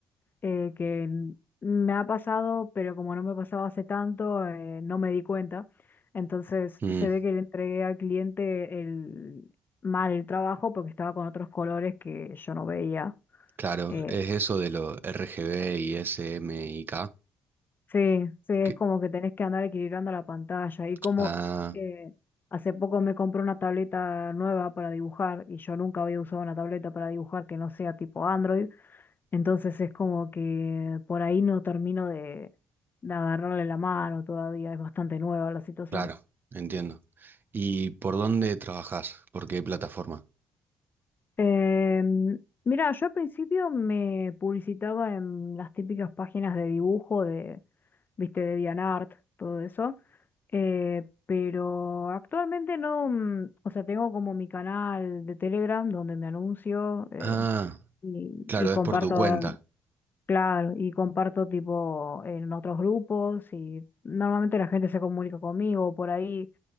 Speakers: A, on the left; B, on the right.
A: eh, que n- me ha pasado, pero como no me pasaba hace tanto, eh, no me di cuenta. Entonces
B: Mm,
A: se ve que le entregué al cliente el, mal el trabajo porque estaba con otros colores que yo no veía.
B: claro,
A: eh,
B: es eso de lo R G B y S M SMYK.
A: Sí, sí, es
B: que-
A: como que tenés que andar equilibrando la pantalla. Y como
B: Ah,
A: eh, hace poco me compré una tableta nueva para dibujar y yo nunca había usado una tableta para dibujar que no sea tipo Android, entonces es como que por ahí no termino de, de agarrarle la mano todavía, es bastante nueva la situación.
B: claro, entiendo. ¿Y por dónde trabajás? ¿Por qué plataforma?
A: Em, mira, yo al principio me publicitaba en las típicas páginas de dibujo de, viste, de DeviantArt, todo eso. Eh, pero actualmente no, mm, o sea, tengo como mi canal de Telegram donde me anuncio eh,
B: Ah,
A: y,
B: claro,
A: y comparto
B: es por tu cuenta.
A: Claro, y comparto tipo en otros grupos y normalmente la gente se comunica conmigo, por ahí